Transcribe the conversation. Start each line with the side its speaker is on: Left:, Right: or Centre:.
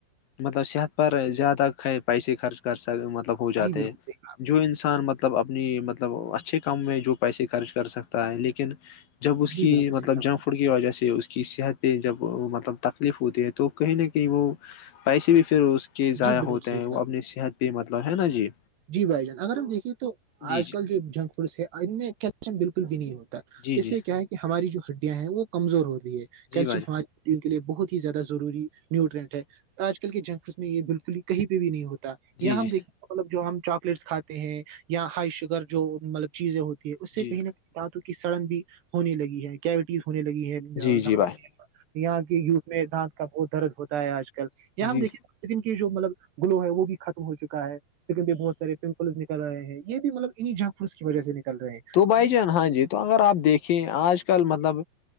Left: مطلب صحت پر زیادہ پیسے خرچ کر سک مطلب ہو جاتے
Right: جی بالکل
Left: ہیں
Right: صحیح
Left: جو انسان مطلب اپنی مطلب اچھے کام میں جو پیسے خرچ کر سکتا ہے لیکن جب اس کی
Right: جی بالکل
Left: مطلب
Right: صحیح کہا آپ
Left: جنک
Right: نے
Left: فوڈ کی وجہ سے اس کی صحت پ جب مطلب تکلیف ہوتی ہے تو کہیں نہ کہیں وہ پیسے بھی پھر کے ضائع
Right: جی بالکل
Left: ہوتے
Right: صحیح
Left: ہیں وہ
Right: کہا آپ
Left: اپنی
Right: نے
Left: صحت پہ مطلب ہے نا جی
Right: جی بھائی جان اگر ہم دیکھے تو
Left: جی
Right: آج
Left: جی
Right: کل جو جنک فوڈس ہے ان میں کیلشیم بالکل بھی نہیں ہوتا
Left: جی
Right: اس
Left: جی
Right: سے کیا ہے کہ ہماری جو ہڈیاں ہیں وہ کمزور ہو رہی ہے
Left: جی
Right: کیلشیم
Left: بھائی
Right: ہماری ان کے لیے بہت ہی زیادہ ضروری نیوٹرینٹ ہے آج کل کے جنک فڈ میں یہ بالکل ہی کہیں پہ بھی نہیں ہوتا یہیا
Left: جی جی
Right: ہم دیکھے گ مطلب جو ہم چاکلیٹس کھاتے ہیں یا ہائی شوگر جو مطلب چیزیں ہوتی ہے اس سے
Left: جی
Right: کہیں نہ کہیں د تو کی سڑن بھی ہونے لگی ہے کیوٹیز ہونے لگی ہے
Left: جی
Right: د
Left: جی بھائی
Right: یہاں کی یتھ میں دانت کا بہت درد ہوتا ہے آج کل یہاں ہم
Left: جی
Right: دیکیں سکم کی جو مطلب گلو ہے وہ بھی ختم ہو چکا ہے لن بھی بہت سار پمپلس نکل رہے ہیں یہ بھی مطلب انیں جنگ فوس کی وجہ سے نکلے ہیں
Left: تو بھائی جان ہاں جی تو اگر آپ دیکھیں آج کل مطلب